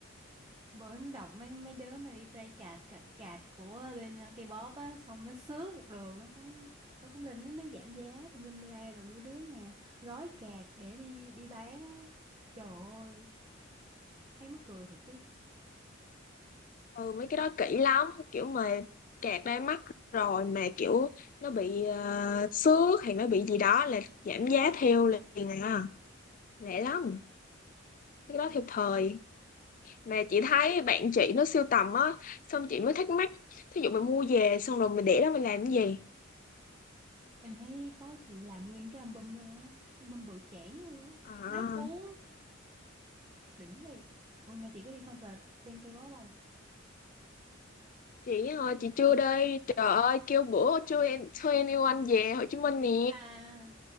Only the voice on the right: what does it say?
Bữa em đọc mấy mấy đứa mà đi trai cạt cạt cạt của bên ờ, K-pop á xong nó sướng một đường nó cũng nó cũng lên nó, nó giảm giá tùm lum la rồi mấy đứa mà gói cạt để đi đi bán á. Trời ơi, thấy mắc cười thiệt chứ.
Em thấy có chị làm nguyên cái album luôn á, cái album bự chảng luôn á,
mấy cuốn, đỉnh đi. Ôi mà chị có đi concert bên K-pop không?
Ờ.
À,